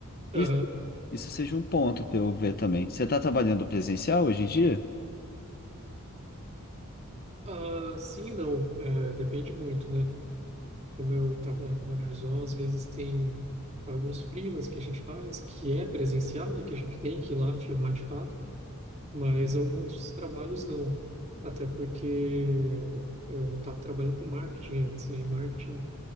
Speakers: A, on the right; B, on the left.
A: aham.
B: isso, isso seja um ponto para eu ver também. Você está trabalhando presencial hoje em dia?
A: Ah, sim, e não, é, depende muito, né? Como eu trabalho com audiovisual, às vezes tem alguns freelas que a gente faz, que é presencial, né? Que a gente tem que ir lá filmar de fato, mas alguns outros trabalhos não. Até porque eu estava trabalhando com marketing antes, e marketing